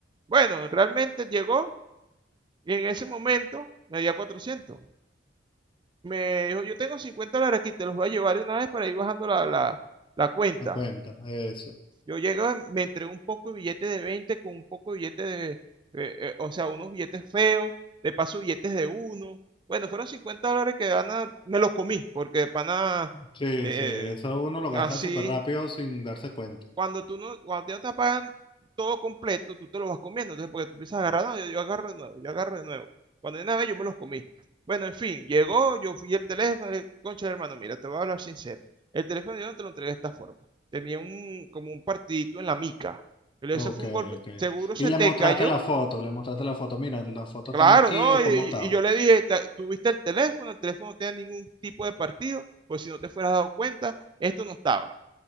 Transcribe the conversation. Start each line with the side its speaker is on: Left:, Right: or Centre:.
Right: Bueno, realmente llegó. Y en ese momento me dio cuatrocientos Me dijo, yo tengo 50 dólares aquí, te los voy a llevar de una vez para ir bajando la, la- la cuenta.
Left: Me cuenta. eso
Right: Yo llego, me entregó un poco de billetes de 20 con un poco de billetes de, eh, eh, o sea, unos billetes feos, de paso billetes de uno. Bueno, fueron 50 dólares que de pana me los comí, porque de pana
Left: Sí,
Right: eh,
Left: sí, eso uno lo
Right: así,
Left: gasta súper rápido sin darse cuenta.
Right: cuando tú no, cuando ya te pagan todo completo, tú te lo vas comiendo. Entonces, porque tú empiezas a agarrar, no, yo, yo agarro de nuevo, yo agarro de nuevo. Cuando de una vez yo me los comí. Bueno, en fin, llegó, yo fui el teléfono, le- concha de hermano, mira, te voy a hablar sincero. El teléfono yo no te lo entregué de esta forma. Tenía un, como un partidito en la mica. Yo le dije,
Left: Ok,
Right: eso fue un golpe,
Left: ok.
Right: seguro se
Left: Y le
Right: te
Left: mostraste
Right: cayó.
Left: la foto, le mostraste la foto. Mira, las fotos
Right: Claro,
Left: están aquí
Right: ¿no?
Left: de
Right: Y,
Left: cómo estaba.
Right: y yo le dije, "Ta- tuviste el teléfono, el teléfono no tenía ningún tipo de partido, pues si no te fueras dado cuenta, esto no estaba.